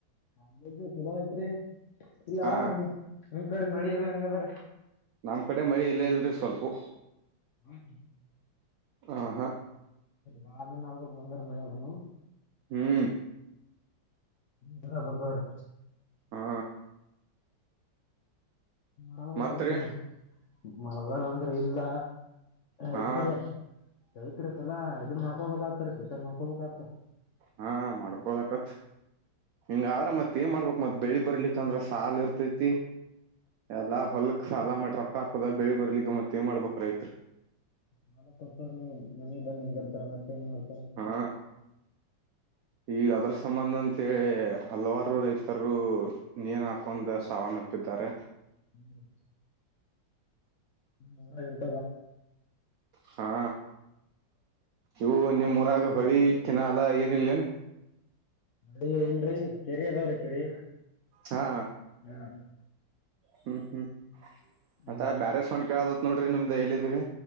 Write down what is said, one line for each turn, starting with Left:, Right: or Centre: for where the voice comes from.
Left: ಹು <unintelligible> ಚಲೋ ಆಯ್ತ್ರಿ ಇಲ್ಲ
Right: ಹಾ
Left: ನಿಮ್ಮ ಕಡೆ ಮಳಿ ಅದ ಹೆಂಗಾದ್ರಿ.
Right: ನಮ್ಮ್ ಕಡೆ ಮಳಿ ಇಲ್ಲೆ ಇಲ್ರಿ ಸ್ವಲ್ಪು.
Left: ಹ <inaudible>
Right: ಆ ಹಾ <unintelligible>
Left: ಬಾಳ ದಿನಾ ಆದ್ಮೇಲೆ ಬಂದಾದ ಮಳಿ ಅದುನು.
Right: ಹ್ಮ್
Left: ಇಲ್ಲಾ ಬಂದಾದರಿ.
Right: ಹಾ
Left: ಮಳಗಾಲ
Right: ಮತ್ರಿ
Left: ಎಲ್ಲ <unintelligible> ಕ ಮಳೆಗಾಲ ಅಂದ್ರೆ ಇಲ್ಲ ರೈತರು,
Right: ಹಾ
Left: ರೈತರು ಈಸಲಾ ಇದ್ ಮಾಡ್ಕೊಬೇಕಾತದ್ರಿ ಸೂಸೈಡಮಾಡ್ಕೊಬೇಕ ಆತದ್ರಿ.
Right: ಹ್ಮ್, ಮಾಡ್ಕೋಬೇಕಾಗತ್ ಹಿಂಗಾದ್ರ ಮತ್ತೆ- ಏನ್ ಮಾಡ್ಬೇಕ್ ಮತ್ತ ಬೆಳಿ ಬರ್ಲಿಕ್ಕಂದ್ರೆ ಸಾಲ ಇರ್ತೈತಿ. ಎಲ್ಲಾ ಹೊಲ್ಕ್ ಸಾಲ ಮಾಡಿರೊಕ್ಕ ಹಾಕದುಬೆಳಿ ಬರ್ಲಿಕ್ಕೆ ಮತ್ತೇನ್ ಮಾಡ್ಬೇಕ ರೈತ್ರ.
Left: ನಾಲ ತತಾ <unintelligible> ರ ಮನೆಗ್ ಬಂದ್ ನಿಂದರ್ತಾರ ಮತ್ತ ಏನ್ ಮಾಡ್ತಾರ.
Right: ಹಾ ಈಗ ಅದರ ಸಂಬಂಧ ಅಂತೇಳಿ ಹಲವಾರು ರೈತರು ನೇನ್ ಹಾಕೊಂಡ್ ಸಾವನ್ನಪ್ಪಿದ್ದಾರೆ.
Left: ಹ್ಮ್ ರ ನೂರಾ ಐವತ್
Right: ಹಾ ಇವು ನಿಮ್ಮ ಊರಾಗ ಹೊಳಿ ಕೆನಾಲ್ ಏನ ಇಲ್ಲೇನ್
Left: ಅ ಇಲ್ರರಿ ಕೆರಿ ಅದಾವ್ರೀ ಕೆರಿ.
Right: ಹಾ
Left: ಹ್ಮ್
Right: ಹುಂ ಹುಂ
Left: ಹ್ಮ್
Right: ಅತ್ತಾ ಬ್ಯಾರೆ ಸೌಂಡ ಕೇಳಾತೈತಿ ನೋಡ್ರಿ ನಿಮ್ದ್ ಎಲ್ಲಿದ್ದೀರಿ